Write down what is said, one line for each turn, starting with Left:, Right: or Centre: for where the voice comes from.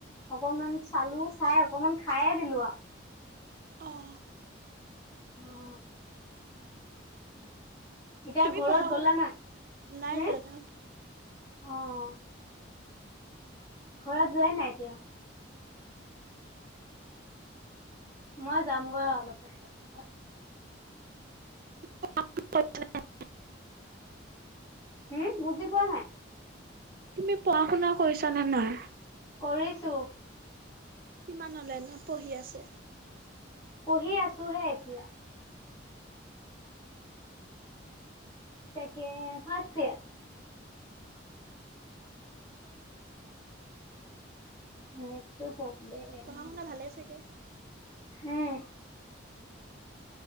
Left: অকনমান চালো চাই অকমান খাইে দিলো আৰু
Right: অহ,
Left: অ, ' <unintelligible> এতিয়া
Right: তুমি
Left: ঘৰত
Right: পঢ়া শুনা
Left: গলা নাই?
Right: নাই
Left: হ'ম
Right: জানা
Left: অহ, ঘৰত যোৱাই নাই এতিয়া? মই যামগৈ অলপ পাছত ঘৰ,
Right: <unintelligible>
Left: হম, বুজি পোৱা নাই?
Right: তুমি পঢ়া শুনা কৰিছানে নে নাই?
Left: কৰিছোঁ।
Right: কিমানলে এনে পঢ়ি আছে?
Left: পঢ়ি আছো হে এতিয়া। চেকেণ্ড ফাৰ্ষ্ট ইয়াৰ। <unintelligible> -টো প্ৰব্লেম,
Right: পঢ়া শুনা ভালে চাগে?
Left: হুম,